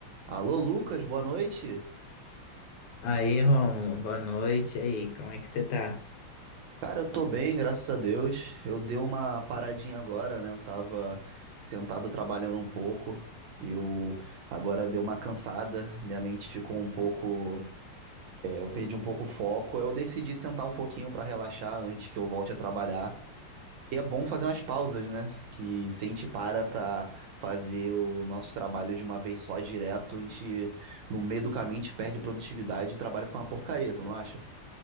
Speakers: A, on the right; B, on the left.
A: Alô, Lucas, boa noite.
B: Aí, Rômulo, boa noite. E aí, como é que você tá?
A: Cara, eu tô bem, graças a Deus. Eu dei uma paradinha agora, né? Eu tava sentado trabalhando um pouco e eu agora deu uma cansada. Minha mente ficou um pouco, é, eu perdi um pouco o foco. Eu decidi sentar um pouquinho pra relaxar antes que eu volte a trabalhar. E é bom fazer umas pausas, né? Que se a gente para pra fazer os nossos trabalhos de uma vez só direto, a gente no meio do caminho a gente perde produtividade e o trabalho fica uma porcaria, tu não acha?